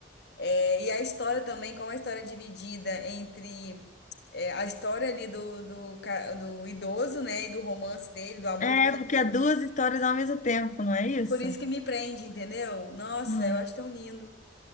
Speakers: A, on the left (about 65°); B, on the left (about 40°).
A: É, e a história também, como a história é dividida entre é, a história ali do, do, ca- do idoso, né? E do romance dele, do amor
B: É,
A: da vida
B: porque
A: dele.
B: é duas histórias ao mesmo tempo, não é isso?
A: Por isso que me prende, entendeu? Nossa,
B: Aham.
A: eu acho tão lindo.